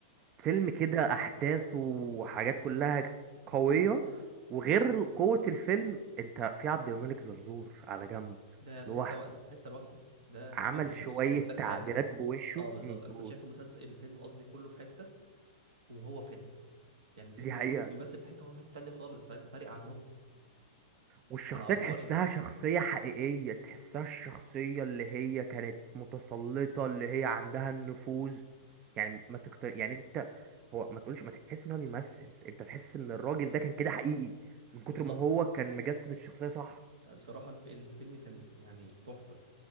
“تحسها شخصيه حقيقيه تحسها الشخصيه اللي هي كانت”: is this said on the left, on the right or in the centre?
Right